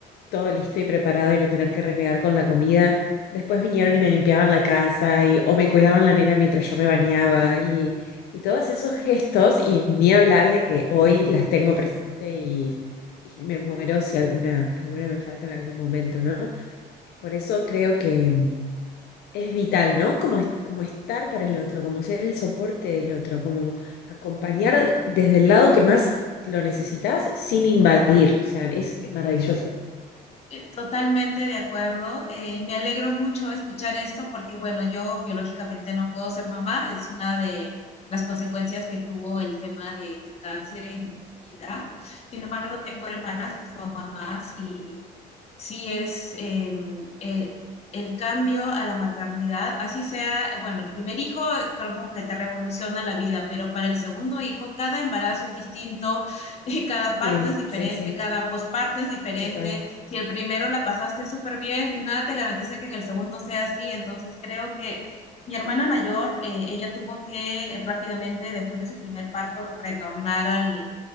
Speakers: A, on the left; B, on the left.
A: todo listo y preparado y no tener que renegar con la comida. Después vinieron y me limpiaban la casa y, o me cuidaban la nena mientras yo me bañaba y, y todos esos gestos y ni hablar de que hoy las tengo presente y, y me muero si alguna, alguna me falta en algún momento, ¿no? Por eso creo que es vital, ¿no? Como, es- como estar para el otro, como ser el soporte del otro, como acompañar desde el lado que más lo necesitas sin invadir. O sea, es maravilloso.
B: Totalmente de acuerdo. Eh, me alegro mucho escuchar esto porque, bueno, yo biológicamente no puedo ser mamá. Es una de las consecuencias que tuvo el tema de, de cáncer en mi vida. Sin embargo, tengo hermanas que son mamás y sí es eh, eh, el cambio a la maternidad, así sea, eh, bueno, el primer hijo como que te revoluciona la vida, pero para el segundo hijo cada embarazo es distinto, <laughs> eh, cada parto
A: Sí,
B: es diferente,
A: sí, sí.
B: cada posparto es diferente.
A: Total.
B: Si el primero la pasaste súper bien, nada te garantiza que en el segundo sea así, entonces creo que... Mi hermana mayor, eh, ella tuvo que rápidamente, después de su primer parto, retornar al,